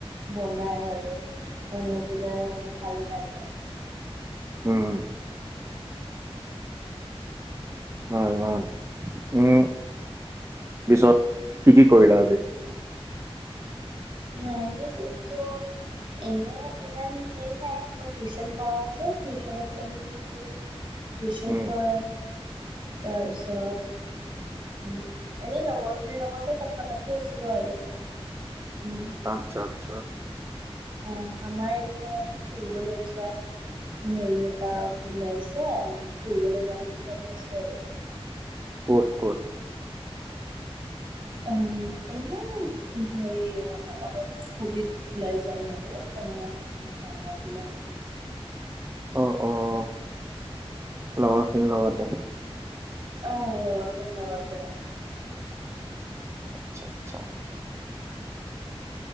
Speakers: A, on the right; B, on the right.
A: বনাই আৰু বনাই পেলাই অলপ ভাল লাগে।
B: উম।
A: উম। <unintelligible>
B: ভাল ভাল, উম পিছত কি কি কৰিলা আজি?
A: আজি দিনতো এনে ইমান হেৰি নাই, মই টিউচন কৰাও যে টিউচন টিউচন
B: উম,
A: পঢ়ালো, তাৰপিছত উম, এনেই লগৰখিনিৰ লগতে কথা পাতি আছিলো আৰু। উম।
B: আচ্ছা আচ্ছা। <unintelligible>
A: অ' আমাৰ এনেই মানে ফুৰিবলৈ যোৱা হেৰি এটা উললাইছে, আমি ফুৰিবলৈ যাম বুলি ভাবি আছো আৰু।
B: ক'ত ক'ত?
A: উম এনে হেৰি মানে অলপ স্কুটিত ওলাই যাওঁ আৰু, তেনেকুৱা নিছিনা টাউনৰ পিনে।
B: অ', অ', লগৰ খিনিৰ লগতে।
A: অঁ, লগৰখিনী লগতে।
B: আচ্ছা আচ্ছা।
A: উম <unintelligible>